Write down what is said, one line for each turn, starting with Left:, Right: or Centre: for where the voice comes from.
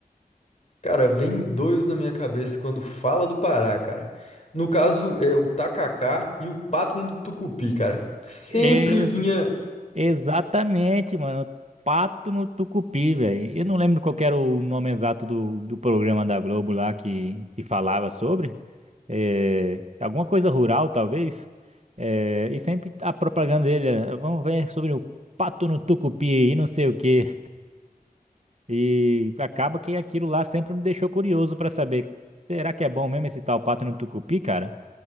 Left: Cara, vem dois na minha cabeça quando fala do Pará, cara. No caso, é o tacacá e o pato no tucupi, cara. Sempre
Right: Ex-
Left: vinha.
Right: exatamente, mano. Pato no Tucupi, velho. Eu não lembro qual que era o nome exato do, do programa da Globo lá que, que falava sobre. É, alguma coisa rural, talvez. É, e sempre a propaganda dele era, vamos ver sobre o pato no Tucupi e não sei o quê. E acaba que aquilo lá sempre me deixou curioso pra saber, será que é bom mesmo esse tal pato no Tucupi, cara?